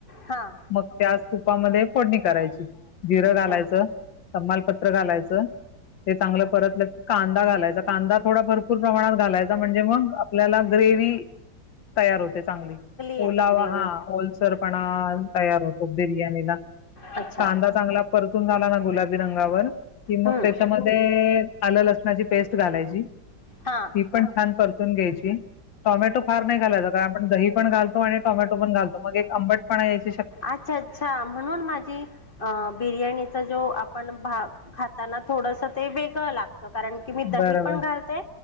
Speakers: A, on the left; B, on the left.
A: हां
B: मग त्या तुपामध्ये फोडनी करायची. जिरं
A: अच्छा
B: घालायचं, तमालपत्र घालायचं. ते चांगलं परतलं कांदा घालायचा कांदा थोडा भरपूर प्रमाणात घालायचा म्हणजे मग आपल्याला ग्रेवी तयार होते चांगली
A: येते
B: ओलावा
A: ग्रेवी
B: हा. ओलसरपणा तयार होतो बिर्यानीला
A: अच्छा
B: कांदा चांगला परतून झाला गुलाबी रंगावर कि मग
A: हम्म
B: त्याच्यामध्ये आलं लसणाची पेस्ट घालायची. ती
A: हां
B: पण छान परतून घ्यायची टोमॅटो फार नाही घालायचा कारण आपण दही पण घालतो आणि टोमॅटो पण घालतो मग एक आंबट पण येतो.
A: अच्छा अच्छा म्हणून माझी अ बिर्याणी ज आपण खाताना थोडंसं ते वेगळ लागतं. कारण की मी दही
B: बरोबर
A: पण घालते